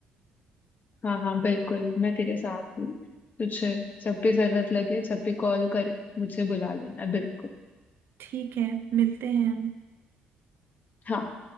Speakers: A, on the left; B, on the right.
A: हाँ हाँ बिल्कुल मैं तेरे साथ हूँ तुझे जब भी जरूरत लगे जब भी कॉल करे मुझे बुला लेना बिल्कुल
B: ठीक है मिलते हैं हम
A: हाँ